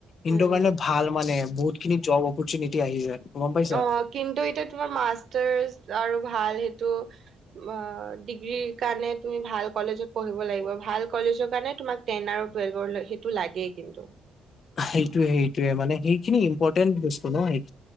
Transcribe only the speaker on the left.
সিহতৰ
কাৰণে ভাল মানে বহুত খিনি জব অপৰচুনোটি আহি যায়। গম পাইছা
সেইটোয়ে সেইটোয়ে মানে সেইখিনি ইম্পৰ্টেন্ট বস্তু ন সেই।